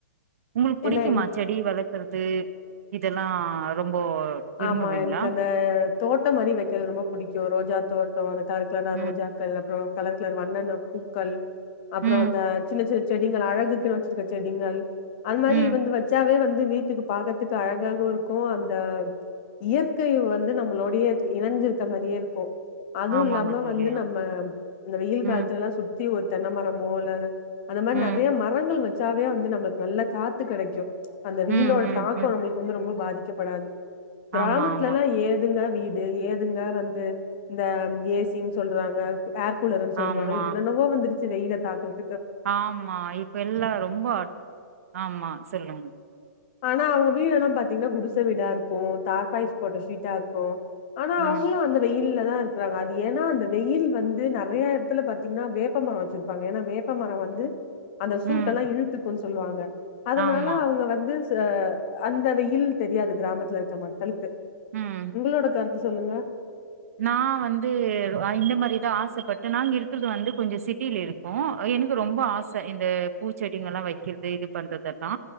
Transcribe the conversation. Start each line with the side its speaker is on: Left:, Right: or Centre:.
Right: உங்களுக்கு புடிக்குமா
Left: ஏன்னா
Right: செடி வள க்கறது இதெல்லா ரொம்போ விரும்புவீங்களா
Left: ஆமா எனக்கு அந்த தோட்டம் மாரி வெக்கறது ரொம்ப புடிக்கும் ரோஜா தோட்டம் அந்த கலர் கலரா
Right: ம்
Left: ரோஜா கலர் பூ கலர் கலர் வண்ணனென்ன பூக்கள் அப்புறோ
Right: ம்
Left: இந்த ஜின்ன ஜின்ன செடிகள் அழகுக்கு வச்சிருக்க செடிகள் அது மாரி
Right: ம்
Left: வந்து வச்சாவே வந்து வீட்டுக்கு பாக்கதுக்கு அழகாவுருக்கும் அந்த இயற்கை வந்து நம்மளோடையே இணஞ்சிருக்க மாரியே இருக்கும் அதுவும்
Right: ஆமாங்க
Left: இல்லாம
Right: தோழி
Left: வந்து நம்ம அந்த வெயில்
Right: ம்
Left: காலத்துல எல்லா சுத்தி ஒரு தென்ன மரமோ இல்லத அந்த மாரி
Right: ம்
Left: நெறைய மரங்கள் வச்சாவே வந்து நம்மளுக்கு நல்ல காத்து கெடைக்கும் அந்த வெயிலோட
Right: ம் ம்
Left: தாக்கோம்
Right: ம்
Left: நம்மளுக்கு வந்து ரொம்ப பாதிக்கப்படாது கிராமத்துலல்லாம்
Right: ஆமா ஆமா
Left: ஏதுங்க வீடு ஏதுங்க வந்து இந்த ஏசின் சொல்றாங்க ஏர் கூலர்ன்னு சொல்றாங்க
Right: ஆமா
Left: என்னென்னவோ வந்துருச்சு வெயில தாக்கு
Right: ஆமா இப்ப எல்லா ரொம்போ ஆமா சொல்லுங்
Left: ஆனா அவங்க வீடெல்லாம் பாத்தீங்கன்னா குடிச வீடா இருக்கும் தார்பாய்ஸ் போட்ட ஷீட்டா இருக்கும் ஆனா அவங்களும்
Right: ம்
Left: அந்த வெயில்ல தா இருக்கராங்க அது ஏன்னா அந்த வெயில் வந்து நெறைய எடத்ல பாத்தீங்கன்னா வேப்பமரோ வச்சிரு பாங்க ஏனா வேப்பமரம் வந்து அந்த சூட்டல்லா
Right: ம்
Left: இழுத்துக்குன்னு சொல்லுவாங்க அதனால
Right: ஆமா.
Left: அவுங்க வந்து ஆ அந்த வெயில் தெரியாது கிராமத்துல இருக்க மக்களுக்கு
Right: ம்,
Left: உங்களோட கருத்து சொல்லுங்க
Right: நா வந்து இந்த மாரிதா ஆசப்பட்ட நாங்க இருக்கறது வந்து கொஞ்சோ சிட்டில இரு ஆ எனக்கு ரொம்ப ஆச இந்த பூச்செடிங்கல்லா வெக்கிறது இது பண்றதெல்லா